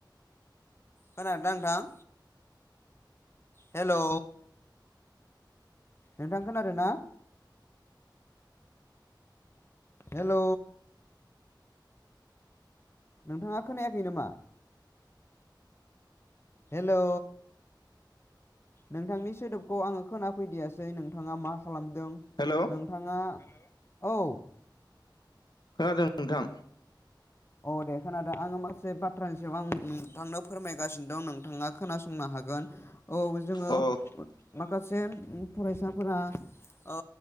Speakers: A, on the left (about 30°); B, on the left (about 60°).
A: खोनादोंना नोंथां हेलौ नोंथां खोनादोंना? हेल' नोंथाङा खोनायाखै नामा? हेलौ नोंथांनि सोदोबखौ आङो खोनाफैदियासै नोंथाङा मा खालामदों
B: हेलौ
A: नोंथाङा औ
B: खोनादों नोंथां
A: अ दे खोनादों आङो माखासे बाथ्रा याव आं नोंथांनो फोरमायगासिनो दं नोंथाङा खोनासंनो हागोन औ जोङो
B: अ
A: माखासे फरायसाफोरा औ